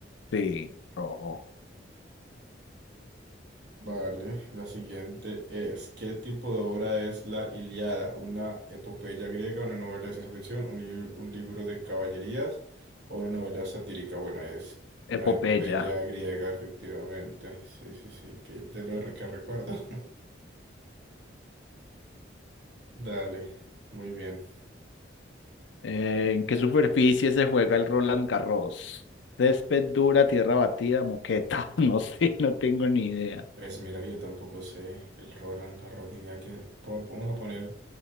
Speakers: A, on the left (about 75°); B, on the right (about 65°).
A: Sí, rojo.
B: Vale, la siguiente es, ¿qué tipo de obra es la Ilíada? ¿Una epopeya griega, una novela de ciencia ficción, un, lib- un libro de caballerías o una novela satírica? Bueno, es una
A: Epopeya.
B: epopeya griega, efectivamente. Sí, sí, sí, que de lo re- que recuerdo. <laughs> Dale, muy bien.
A: Eh, ¿en qué superficie se juega el Roland Garros? Césped dura, tierra batida, moqueta. <laughs> No sé, no tengo ni idea.
B: Pues mira, yo tampoco sé el Roland Garros ni idea que... po- Vamos a poner